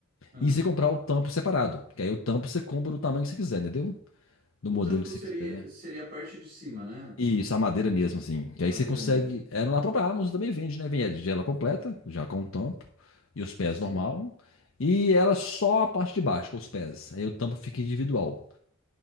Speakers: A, on the right; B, on the left.
A: Ah,
B: E você comprar o tampo separado. Que aí o tampo você compra do tamanho que você quiser, entendeu? Do
A: o
B: modelo
A: tampo
B: que
A: seria,
B: você quiser.
A: seria a parte de cima, né?
B: Isso, a madeira mesmo, assim. Que
A: A
B: aí
A: madeira
B: você consegue.
A: mesmo.
B: É, na própria Amazon também vende, né? Vende ela completa, já com o tampo. E os pés
A: Sim.
B: normal. E ela só a parte de baixo, com os pés. Aí o tampo fica individual.